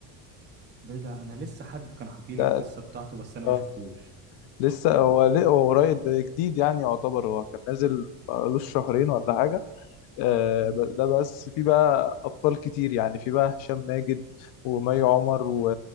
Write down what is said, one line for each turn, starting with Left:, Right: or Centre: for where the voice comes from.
Right: بدا انا لسه حد كان حكي
Left: ده
Right: لي القصة بتاعته بس انا ما
Left: آه،
Right: شفتوش
Left: لسه هو ليه- هو قريب ده جديد يعني يعتبر هو كان نازل بقالوش شهرين ولا حاجة آه،
Right: مم،
Left: ب- ده بس في بقى أبطال كتير يعني في بقى هشام ماجد ومي عمر و-